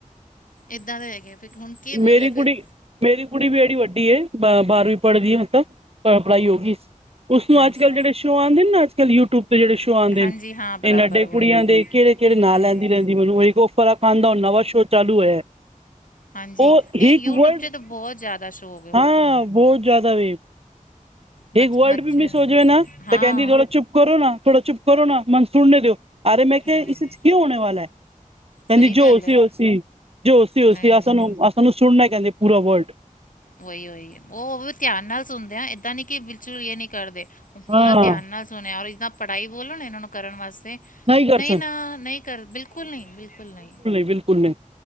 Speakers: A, on the left (about 75°); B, on the right (about 45°).
A: ਏਦਾਂ ਦੇ ਹੈਗੇ ਆ ਫਿਰ ਹੁਣ ਕੀ ਬੋਲੇ
B: ਮੇਰੀ
A: ਫਿਰ।
B: ਕੁੜੀ ਮੇਰੀ ਕੁੜੀ ਵੀ ਜਿਹੜੀ ਵੱਡੀ ਏ। ਬ ਬਾਰਵੀਂ ਪੜ੍ਹਦੀ ਐ, ਮਤਲਬ ਪੜ੍ਹਾਈ ਹੋ ਗਈ। ਉਸਨੂੰ
A: ਹਾਂਜੀ
B: ਅੱਜ-ਕੱਲ ਜਿਹੜੇ ਸ਼ੋ ਆਂਦੇ ਨਾ, ਅੱਜ-ਕੱਲ ਯੂਟਿਊਬ ਤੇ ਜਿਹੇ ਸ਼ੋਅ ਆਂਦੇ
A: ਹਾਂਜੀ
B: ਨੇ
A: ਹਾਂ ਬਰਾਬਰ
B: ਇਹ ਨੱਡੇ
A: ਵਹੀ
B: ਕੁੜੀਆ ਦੇ ਕਿਹੜੇ-ਕਿਹੜੇ ਨਾਂ
A: ਹਾਂਜੀ
B: ਲੈਂਦੀ ਰਹਿੰਦੀ। ਮੈਨੂੰ ਉਹ ਫਰਕਾਨ ਦਾ ਨਵਾਂ ਸੋਅ ਚਾਲੂ ਹੋਇਆ।
A: ਹਾਂਜੀ
B: ਉਹ
A: ਨਹੀਂ
B: ਹੀਟ ਵਰਡ
A: 'ਚ
B: ' <inaudible>
A: ਤਾਂ
B: '
A: ਬਹੁਤ ਜ਼ਿਆਦਾ ਸ਼ੋ ਹੋ ਗਏ ਹੁਣ
B: ਹਾਂ
A: ਤਾਂ
B: ਬਹੁਤ ਜ਼ਿਆਦਾ ਵੇਖ
A: ਬਚ
B: ਇੱਕ ਵਰਲਡ
A: ਬੱਚੇ
B: ਵੀ ਮਿਸ ਹੋ ਜਾਵੇ ਨਾ,
A: ਹਾਂ
B: ਤਾਂ ਕਹਿੰਦੀ ਥੋੜਾ ਚੁੱਪ ਕਰੋ ਨਾ ਥੋੜਾ ਚੁੱਪ ਕਰੋ ਨਾ, ਮਨ ਸੁਣਨੇ ਦਿਓ। ਅਰੇ ਮੈਂ ਕਿਹਾ
A: ਬਾਈ
B: ਇਸ 'ਚ' ਕਿਉਂ ਹੋਣੇ ਵਾਲਾ ਐ ਕਹਿੰਦੀ
A: ਸਹੀ ਗੱਲ
B: ਜੋ ਸੀ,
A: ਹੈ
B: ਉਹ ਸੀ। ਜੋ ਸੀ ' <unintelligible>
A: ਨਹੀਂ ਨਹੀਂ
B: ' ਸੁਣਨਾ ਕਹਿੰਦੇ ਪੂਰਾ ਵਰਲਡ
A: ਉਹੀ-ਉਹੀ ਉਹ ਵੀ ਧਿਆਨ ਨਾਲ ਸੁਣਦੇ ਆ ਏਦਾਂ ਨੀ ਕਿ ਬਿਲਚੁਲ ਇਹ ਨੀ ਕਰਦੇ। ਪੂਰਾ
B: ਹਾਂ
A: ਧਿਆਨ ਨਾ ਸੁਣਿਆ, ਔਰ ਜਿੱਦਾਂ ਪੜ੍ਹਾਈ ਬੋਲੋ ਇਹਨਾਂ ਨੂੰ ਕਰਨ ਵਾਸਤੇ,
B: ਕਰ
A: ਨਹੀਂ
B: ਸਨ
A: ਨਾ ਨਹੀਂ ਕਰ ਬਿਲਕੁਲ ਨਹੀਂ, ਬਿਲਕੁਲ ਨਹੀਂ।
B: ਬਿਲਕੁਲ ਨਹੀਂ।